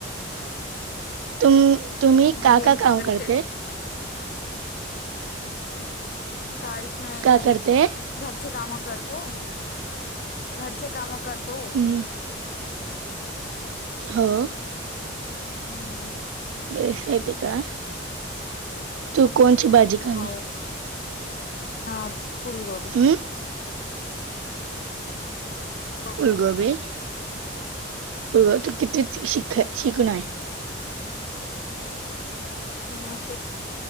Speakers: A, on the right; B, on the left.
A: तुम् तुम्ही का
B: गेम्स
A: का
B: वगैरे
A: काम करते?
B: खेळ मी काहीच नाही
A: का
B: घरी.
A: करते
B: घरचे काम करतो, घरचे काम करतो.
A: हम्म, हो.
B: हम्म
A: ग येते का तू कोणची भाजी? खाली
B: हो हा फुलगोभी.
A: हम्म.
B: हॉबी
A: फूलगोभी. गं तू किती
B: हम्म.
A: शिक शिकण आहे?
B: मी ना ते